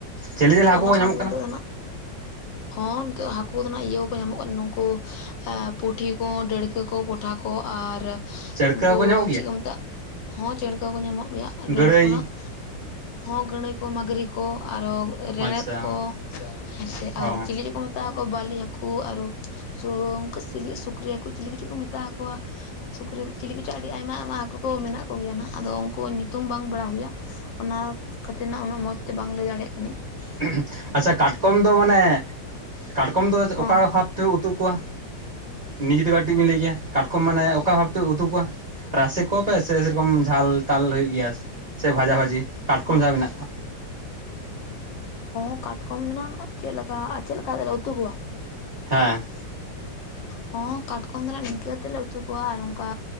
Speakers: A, on the right; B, on the left.
A: ᱪᱤᱞᱤ ᱪᱤᱞᱤ ᱦᱟᱹᱠᱩ
B: ᱚᱱᱟ
A: ᱠᱚ ᱧᱟᱢᱚᱜ
B: ᱥᱟᱶᱛᱮ
A: ᱠᱟᱱᱟ
B: ᱜᱮ ᱫᱚ ᱱᱟᱸᱜ ᱦᱚᱸ ᱱᱤᱛᱳᱜ ᱫᱚ ᱦᱟᱹᱠᱩ ᱫᱚ ᱱᱟᱜ ᱤᱭᱟᱹᱣ ᱠᱚ ᱧᱟᱢᱚᱜ ᱠᱟᱱᱟ ᱱᱩᱝᱠᱩ <unintelligible> ᱯᱩᱴᱷᱤ ᱠᱚ ᱰᱟᱹᱲᱠᱟᱹ ᱠᱚ ᱯᱚᱴᱷᱟ ᱠᱚ ᱟᱨ <inaudible>
A: ᱪᱟᱹᱲᱠᱟᱹ
B: ᱩᱱᱠᱩ
A: ᱦᱟᱹᱠᱩ ᱧᱟᱢᱚᱜ ᱜᱮᱭᱟ
B: ᱪᱤᱜ ᱠᱚ ᱢᱮᱛᱟᱜ ᱦᱚᱸ <unintelligible> ᱠᱚ ᱧᱟᱢᱚᱜ ᱜᱮᱭᱟ ᱟᱨ ᱰᱟᱹᱲᱠᱟᱹ
A: ᱜᱟᱹᱲᱟᱹᱭ
B: ᱠᱷᱚᱱᱟᱜ᱾ ᱦᱚᱸ ᱜᱟᱹᱲᱟᱹᱭ ᱠᱚ ᱢᱟᱹᱜᱽᱨᱤ ᱠᱚ ᱟᱨᱚ <unintelligible> ᱨᱮᱲᱮᱫ
A: ᱟᱪᱪᱷᱟ
B: ᱠᱚ ᱦᱮᱸ ᱥᱮ
A: ᱚ
B: ᱟᱨ ᱪᱤᱞᱤ ᱪᱩᱠᱩ <unintelligible> <unintelligible> ᱵᱟᱹᱞᱤ ᱦᱟᱹᱠᱩ ᱟᱨᱚ <unintelligible> ᱪᱤᱞᱤ ᱥᱩᱠᱨᱤ ᱦᱟᱹᱠᱩ ᱪᱤᱞᱤ ᱠᱚᱪᱚ ᱠᱚ ᱢᱮᱛᱟᱣ ᱟᱠᱚᱣᱟ ᱥᱩᱠᱨᱤ <unintelligible> ᱪᱤᱞᱤ ᱠᱚᱪᱚ ᱟᱹᱰᱤ ᱟᱭᱢᱟ ᱟᱭᱢᱟ ᱦᱟᱹᱠᱩ ᱠᱚ ᱢᱮᱱᱟᱜ ᱠᱚ ᱜᱮᱭᱟ ᱱᱟᱜ ᱟᱫᱚ ᱩᱱᱠᱩᱣᱟᱜ ᱧᱩᱛᱩᱢ ᱵᱟᱝ ᱵᱟᱲᱟᱭ ᱦᱩᱭᱟ᱾ ᱚᱱᱟ ᱠᱷᱟᱹᱛᱤᱨ ᱱᱟᱜ ᱩᱱᱟᱹᱜ ᱢᱚᱡᱽᱛᱮ ᱵᱟᱝ ᱞᱟᱹᱭ ᱫᱟᱲᱮᱜ
A: <unintelligible> ᱟᱪᱪᱷᱟ ᱠᱟᱴᱠᱚᱢ ᱫᱚ ᱢᱟᱱᱮ ᱠᱟᱴᱠᱚᱢ ᱫᱚ <unintelligible>
B: ᱦᱚᱸ
A: ᱚᱠᱟ ᱵᱷᱟᱵᱽᱛᱮ ᱩᱛᱩ ᱠᱚᱣᱟ ᱱᱤᱡᱮ ᱛᱮ ᱠᱟᱹᱴᱤᱡ ᱵᱤᱱ ᱞᱟᱹᱭ ᱠᱮᱭᱟ ᱠᱟᱴᱠᱚᱢ ᱢᱟᱱᱮ ᱚᱠᱟ ᱵᱷᱟᱵᱽᱛᱮ ᱩᱛᱩ ᱠᱚᱣᱟ ᱨᱟᱥᱮ ᱠᱚᱣᱟᱯᱮ ᱥᱮ ᱥᱮᱨᱚᱠᱚᱢ ᱡᱷᱟᱞ-ᱛᱟᱞ ᱦᱩᱭᱩᱜ ᱜᱮᱭᱟ <unintelligible> ᱥᱮ ᱵᱷᱟᱡᱟ-ᱵᱷᱟᱹᱡᱤ ᱠᱟᱴᱠᱚᱢ
B: ᱦᱚᱸ
A: ᱡᱟᱦᱟᱸ ᱢᱮᱱᱟᱜ ᱠᱚᱣᱟ᱾
B: ᱦᱚᱸ ᱠᱟᱴᱠᱚᱢ ᱫᱚᱱᱟᱜ ᱪᱮᱫ ᱞᱮᱠᱟ ᱟᱨ ᱪᱮᱫ ᱞᱮᱠᱟᱛᱮᱞᱮ ᱩᱛᱩ ᱠᱚᱣᱟ᱾
A: ᱦᱮᱸ
B: ᱦᱚᱸ ᱠᱟᱴᱠᱚᱢ ᱫᱚᱦᱱᱟᱜ ᱱᱤᱝᱠᱟᱹ ᱛᱮᱞᱮ ᱩᱛᱩ ᱠᱚᱣᱟ ᱟᱨ ᱚᱝᱠᱟ